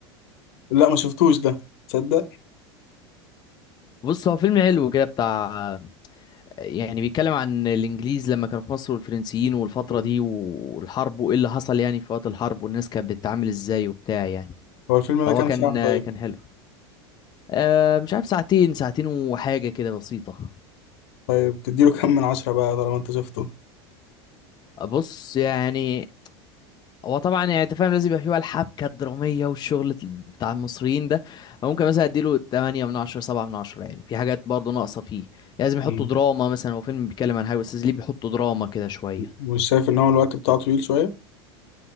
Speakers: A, on the left (about 65°); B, on the left (about 30°).
A: لا ما شفتوش ده تصدق
B: بص هو فيلم حلو كده بتاع يعني بيتكلم عن الانجليز لما كانوا في مصر والفرنسيين والفترة
A: مم.
B: دي والحرب وايه اللي حصل يعني في وقت الحرب والناس كانت بتتعامل ازاي وبتاع يعني
A: هو الفيلم
B: فهو
A: ده كام
B: كان
A: ساعة طيب
B: آه، كان حلو أه مش عارف ساعتين ساعتين وحاجة كده بسيطة
A: طيب تديله كام من عشرة بقى طالما انت شفته
B: بص يعني هو طبعا يعني انت فاهم لازم يبقى فيه بقى الحبكه الدراميه والشغل بتاع المصريين ده ممكن مثلا اديله 8 من 10 7 من 10 يعني في حاجات برضه ناقصه فيه يعني لازم يحطوا
A: مم.
B: دراما مثلا هو فيلم بيتكلم عن حاجه بس لازم ليه بيحطوا دراما كده شويه
A: مش شايف ان هو الوقت بتاعه طويل شوية